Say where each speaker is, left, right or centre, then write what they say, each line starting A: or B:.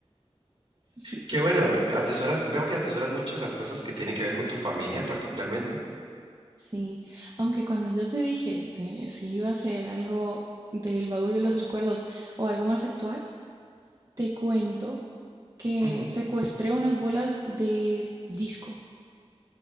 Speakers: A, on the right; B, on the right.
A: Sí,
B: Qué bueno, atesoras, veo que atesoras mucho las cosas que tienen que ver con tu familia particularmente.
A: sí. Aunque cuando yo te dije de si iba a ser algo del baúl de los recuerdos o algo más actual, te cuento que
B: Ujú.
A: secuestré unas bolas de disco.